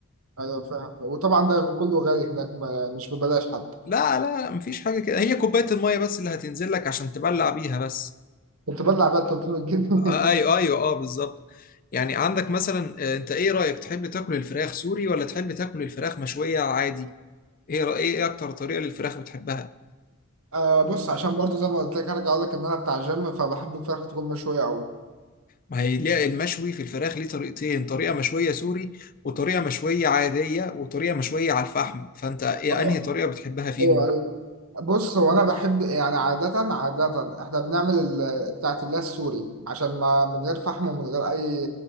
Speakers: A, on the right; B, on the left.
A: ايوه فاهم وطبعا ده كله غالي هناك ما- مش ببلاش حتى
B: لا لا مفيش حاجة كده هي كوباية المية بس اللي هتنزل لك عشان تبلع بيها بس
A: كنت بلع بقى 300 جنيه
B: آه، ايوه ايوه اه بالظبط يعني عندك مثلا آه، انت ايه رأيك تحب تاكل الفراخ سوري ولا تحب تاكل الفراخ مشوية عادي ايه رأي- ايه اكتر طريقة للفراخ بتحبها
A: <laughs> آه بص عشان برضه زي ما قلت لك هرجع اقول لك ان انا بتاع جيم فبحب الفراخ تكون مشوية قوي
B: ما هي ليه المشوي في الفراخ ليه طريقتين طريقة مشوية سوري وطريقة مشوية عادية وطريقة مشوية على الفحم فانت ايه
A: اه
B: انهي طريقة بتحبها فيهم
A: ايوه ايوه بص هو انا بحب يعني عادة عادة احنا بنعمل ال- بتاعة الله السوري عشان ما من غير فحم ومن غير اي